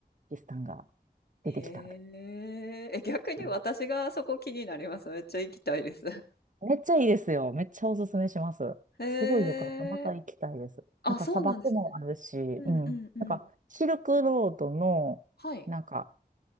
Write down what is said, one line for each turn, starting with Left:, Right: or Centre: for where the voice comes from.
Right: キスタンが出てきたみたい
Left: へえ。え、逆に私がそこ気になります。
Right: な。
Left: めっちゃ行きたいです。<laughs>
Right: めっちゃいいですよ。めっちゃおすすめします。
Left: へえ。
Right: すごいよかった。また行きたいです。
Left: あ、
Right: なんか砂漠もあるし、
Left: そうなんですね。
Right: うん。
Left: うんうんうん。
Right: なんかシルクロードの、
Left: はい。
Right: なんか